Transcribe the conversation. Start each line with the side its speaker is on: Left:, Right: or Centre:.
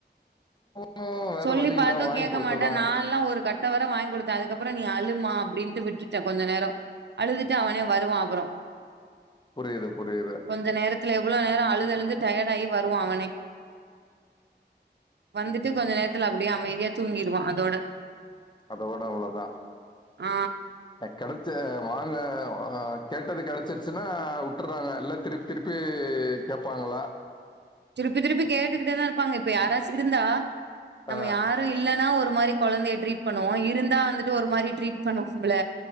Left: ம், வேற
Right: சொல்லி
Left: வழி
Right: பாத்து
Left: இல்ல வாங்கி
Right: கேக்க
Left: குடுத்துதா
Right: மாட்டே
Left: ஆகணு
Right: நால்லா ஒரு கட் ட வர வாய்ங் குடுத்த அதுக்கப்புற நீ அழுமா அப்டின்டு விட்டுட்டே கொஞ்ச நேரோ அழுதுட்டு அவனே வருவா அப்புற
Left: புரியிது புரியிது
Right: கொஞ்ச நேரத்துல எவ்ளோ நேர அழுது அழுது டயட் ஆயி வருவா அவனே வந்துட்டு கொஞ்ச நேரத்துல அப்டியே அமைதியா தூங்கிறுவா அதோட
Left: அதோட அவ்ளதா
Right: ஆ
Left: கெடைச்ச வாங்க கேட்டது கெடைச்சிருச்சுனா வுட்டுறாங்க இல்ல திருப் திருப்பி கேப்பாங்ளா
Right: திருப்பி திருப்பி கேட்டுக்கிட்டே தா இருப்பாங்க இப்ப யாராச்சு இருந்தா நம்ம
Left: ஆ
Right: யார் ஒன்னு இல்லனா ஒரு மாரி கொழந்தைய ட்ரீட் பண்ணுவோ இருந்தா வந்துட்டு ஒரு மாரி ட்ரீட் பண்ணு வோம்ல